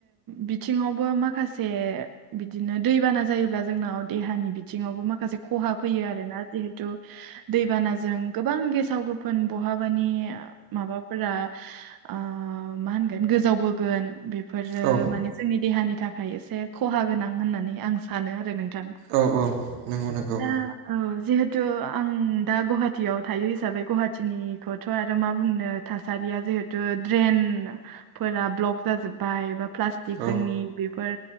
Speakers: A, on the right; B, on the right.
A: बिथिङावबो माखासे बिदिनो दैबाना जायोब्ला जोंनाव देहानि बिथिङावबो माखासे खहा फैयो आरोना। जिहेतु दैबानाजों गोबां गेसाव गोफोन बहाबानि माबा फोरा आ मा होनगोन गोजावबोगोन। बेफोरो
B: औ
A: माने जोंनि देहानि थाखाय एसे खहा गोनां होननानै आं सानो आरो नोंथां।
B: औ औ नंगौ नंगौ
A: ओ। औ जिहेथु आं दा गुवाहाटीयाव थायो हिसाबै गुवाहाटीनिखौथ' आरो मा बुंनो। थासारिया जिहेथु ड्रेन फोरा ब्लक जाजोब्बाय बा प्लास्टिक
B: औ
A: जोंनि बेफोर